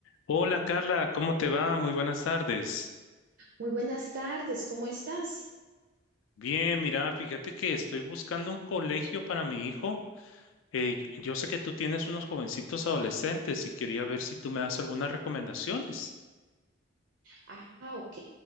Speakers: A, on the left; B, on the right.
A: Hola Carla, ¿cómo te va? Muy buenas tardes.
B: Muy buenas tardes, ¿cómo estás?
A: Bien, mira, fíjate que estoy buscando un colegio para mi hijo. Eh, y- yo sé que tú tienes unos jovencitos adolescentes y quería ver si tú me das algunas recomendaciones.
B: Ah, ok.